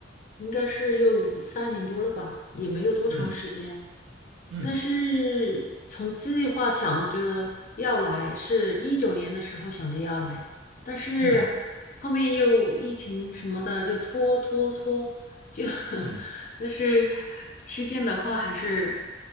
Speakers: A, on the left; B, on the right.
A: 应该是有三年多了吧，也没有多长时间。
B: 嗯嗯
A: 但是从计划想着要来，是一九年的时候想着要来，但是后面又疫情什么的就拖拖拖，
B: 嗯。
A: 就 <laughs>
B: 嗯
A: 但是期间的话还是，